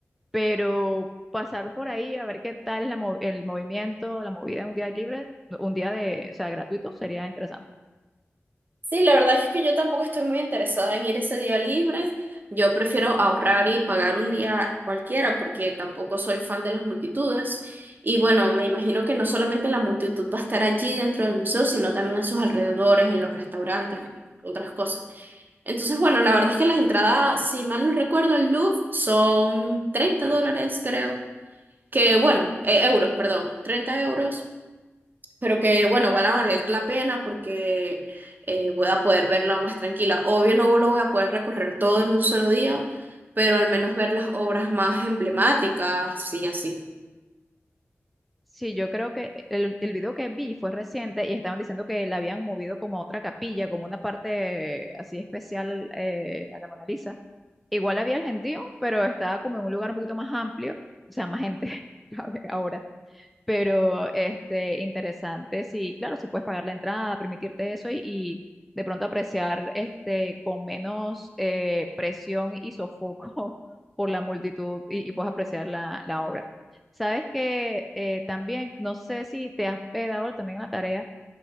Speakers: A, in the centre; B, on the right.
A: Pero pasar por ahí a ver qué tal es la mo- el movimiento, la movida en un día libre, un día de, o sea, gratuito, sería interesante.
B: Sí, la verdad es que yo tampoco estoy muy interesada en ir ese día libre. Yo prefiero ahorrar y pagar un día cualquiera porque tampoco soy fan de las multitudes. Y bueno, me imagino que no solamente la multitud va a estar allí dentro del museo, sino también a sus alrededores, en los restaurantes, en otras cosas. Entonces, bueno, la verdad es que las entradas, si mal no recuerdo, el Louvre son 30 dólares, creo. Que bueno, eh, euros, perdón, treinta euros pero que bueno, igual va a valer la pena porque eh, voy a poder verla más tranquila. Obvio no lo voy a poder recorrer todo en un solo día, pero al menos ver las obras más emblemáticas, sí, así.
A: Sí, yo creo que el, el video que vi fue reciente y estaban diciendo que la habían movido como a otra capilla, como una parte así especial eh, a la Mona Lisa. Igual había el gentío, pero estaba como en un lugar un poquito más amplio, o sea, más gente, <laughs> ¿sabes? Ahora. Pero este, interesante, sí, claro, si puedes pagar la entrada, permitirte eso y, y de pronto apreciar este, con menos eh, presión y sofoco <laughs> por la multitud y, y puedes apreciar la, la obra. Sabes que eh, también, no sé si te has pegado también a la tarea